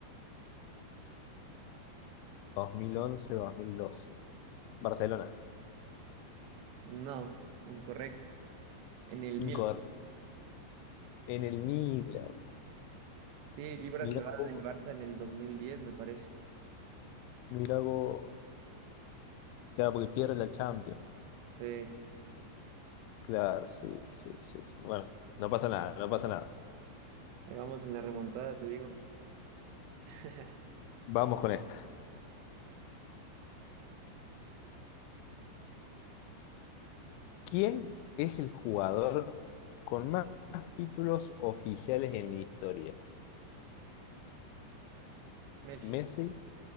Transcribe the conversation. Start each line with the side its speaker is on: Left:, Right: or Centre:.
Left: dos mil once dos mil doce Barcelona.
Right: No, incorrecto. En el Milan.
Left: Incorrecto. En el Milan.
Right: Sí, Ibra
Left: Mirá
Right: se va
Left: vos,
Right: del Barça en el 2010, me parece.
Left: mirá vos. Claro, porque pierde la Champions.
Right: Sí,
Left: Claro, sí, sí, sí. sí. Bueno, no pasa nada, no pasa nada.
Right: ahí vamos en la remontada, te digo. <laughs>
Left: Vamos con esto. ¿Quién es el jugador con más títulos oficiales en la historia?
Right: Messi,
Left: ¿Messi,